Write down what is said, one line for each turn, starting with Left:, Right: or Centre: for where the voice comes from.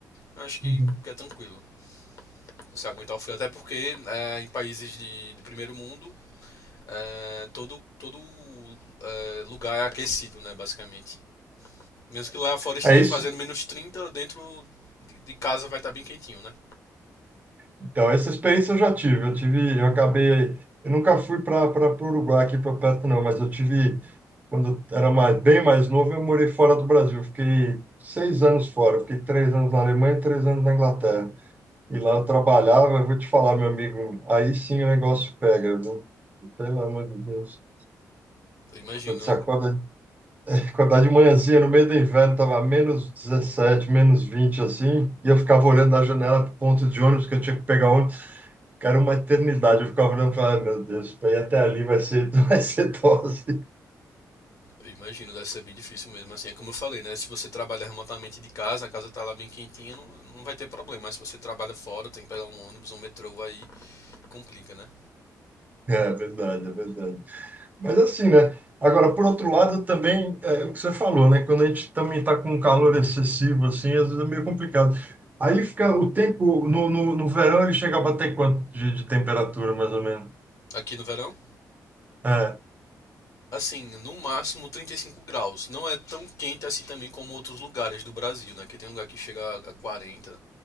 Left: eu acho que
Right: Uhum.
Left: que é tranquilo. Você aguentar o frio. Até porque é, em países de, de primeiro mundo, é, todo, todo é, lugar é aquecido, né, basicamente. Mesmo que lá fora esteja
Right: É, é isso.
Left: fazendo menos 30 dentro de, de casa vai estar bem quentinho, né?
Right: Então, essa experiência eu já tive. Eu tive, eu acabei, eu nunca fui para para o Uruguai aqui para perto não, mas eu tive quando eu era mais, bem mais novo, eu morei fora do Brasil. Eu Fiquei seis anos fora. Eu Fiquei três anos na Alemanha e três anos na Inglaterra. E lá eu trabalhava. Eu vou te falar, meu amigo, aí sim o negócio pega, viu? Pelo amor de Deus.
Left: Eu imagino.
Right: Quando você acorda, <laughs> acordar de manhãzinha no meio do inverno, tava menos 17, menos 20 assim, e eu ficava olhando da janela pro ponto de ônibus que eu tinha que pegar ônibus. Cara, uma eternidade. Eu ficava olhando e falava, "Ai, meu Deus, para ir até ali vai ser, <laughs> vai ser dose.
Left: Imagino, deve ser bem difícil mesmo. Assim, é como eu falei, né? Se você trabalha remotamente de casa, a casa tá lá bem quentinha, não, não vai ter problema. Mas se você trabalha fora, tem que pegar um ônibus, um metrô, aí complica, né?
Right: É é verdade, é verdade. Mas assim, né? Agora, por outro lado, também é é o que você falou, né? Quando a gente também está com um calor excessivo, assim, às vezes é meio complicado. Aí fica o tempo, no, no, no verão ele chega a bater quanto de, de temperatura, mais ou menos?
Left: Aqui no verão,
Right: É,
Left: assim, no máximo 35 graus. Não é tão quente assim também como outros lugares do Brasil, né? Que tem lugar que chega a 40.